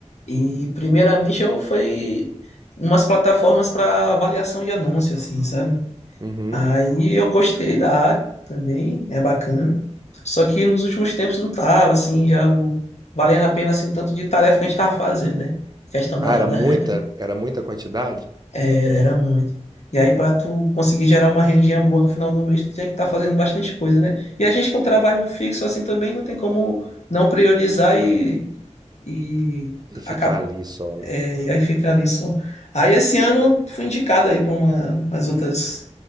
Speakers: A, on the left; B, on the right.
A: E primeiramente eu fui em umas plataformas para avaliação de anúncio, assim, sabe?
B: Uhum.
A: Aí eu gostei da área também, é bacana. Só que nos últimos tempos não tava, assim, já o- valendo a pena assim, o tanto de tarefa que a gente tava fazendo, né? Questão
B: Ah,
A: da,
B: era
A: da-
B: muita,
A: <laughs>
B: era muita quantidade?
A: Era, era muito. E aí, para tu conseguir gerar uma rendinha boa no final do mês, tu tem que estar fazendo bastante coisa, né? E a gente com trabalho fixo assim também não tem como não priorizar e, e
B: E ficar
A: acaba
B: ali só, né?
A: é, e aí fica ali só. Aí esse ano fui indicado aí para uma, umas outras